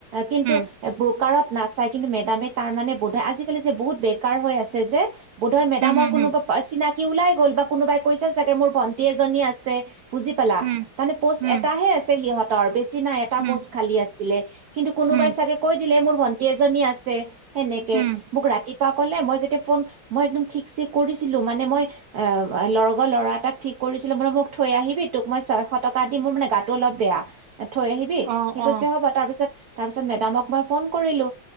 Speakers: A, on the right (about 60°); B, on the right (about 85°).
A: কিন্তু
B: উম
A: এ ব্ৰকাৰত নাচায়। কিন্তু মেডামে তাৰ মানে বধয় আজিকালি যে বহুত বেকাৰ হৈ আছে যে বোধয় মেডামৰ
B: উম
A: কোনোবা পা চিনাকি কি ওলাই গল বা কোনোবাই কৈছে চাগে মোৰ ভন্টি এজনী আছে বুজি পালা,
B: হুম
A: তাৰমানে প'ষ্ট
B: হুম
A: এটাহে আছে সিহঁত ৰ বেছি নাই এটা
B: উম উম উম
A: প'ষ্ট খালী আছিলে। কিন্তু কোনোবাই
B: উম
A: চাগে কৈ দিলে মোৰ ভন্টি এজনী আছে, সেনেকে
B: উম
A: মোক ৰাতিপুৱা কলে মই যেতিয়া ফোন, মই একদম ঠিক চিক কৰিছিলো মানে মই অ লগৰ ল'ৰা এটাক ঠিক কৰিছিলো মান মোক থৈ আহিবি তোক মই ছয়শ টকা দিম মোৰ মানে গাতটো অলপ বেয়া। থৈ আহিবি
B: অ
A: সেই কৈছে
B: অ
A: হ'ব তাৰপিছত তাৰপিছত মেডামক মই ফন কৰিলো